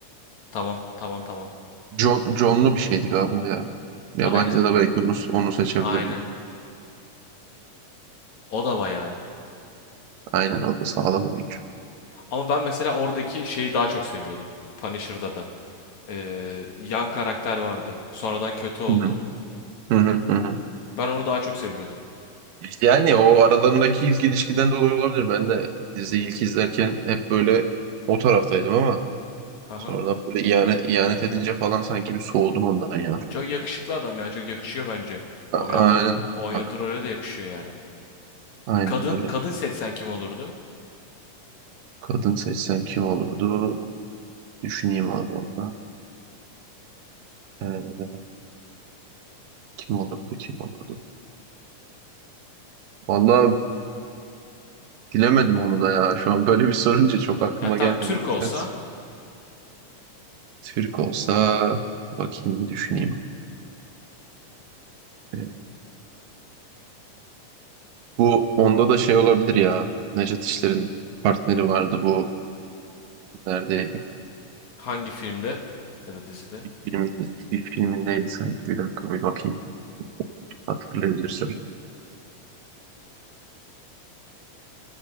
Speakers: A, on the left; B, on the right.
A: Tamam, tamam, tamam.
B: John, John'lu bir şeydi galiba ya. Yabancıda
A: Aynen,
B: da belki onu, onu seçebilirdim.
A: aynen. O da bayağı iyi.
B: Aynen o da sağlam oyuncu.
A: Ama ben mesela oradaki şeyi daha çok seviyordum. Punisher'da da. e, yan karakter vardı. Sonradan kötü oldu.
B: Hı hı, hı hı, hı hı.
A: Ben onu daha çok seviyordum.
B: Yani o aralarındaki ilk ilişkiden dolayı olabilir. Ben de dizi ilk izlerken hep böyle o taraftaydım ama
A: Haha.
B: sonradan böyle ihanet, ihanet edince falan sanki bir soğudum ondan ya.
A: Çok yakışıklı adam yani çok yakışıyor bence.
B: A-
A: Oynadığı
B: Aynen.
A: oynadığı
B: A-
A: role de yakışıyor yani.
B: Aynen
A: Bir kadın
B: öyle.
A: kadın seçsen kim olurdu?
B: Kadın seçsem kim olurdu? Düşüneyim abi onda. Ee, kim olurdu kim olurdu? Vallahi bilemedim onu da ya. Şu an böyle bir sorunca çok aklıma
A: Ya tam
B: gelmedi
A: Türk
B: güzel.
A: olsa
B: Türk olsa bakayım düşüneyim. Ee, Bu onda da şey olabilir ya. Nejat İşler'in partneri vardı bu neredeydi?
A: hangi filmde ya da dizide?
B: Bir filmin, bir filmindeydi sanki. Bir dakika bir bakayım. Hatırlayabilirsem.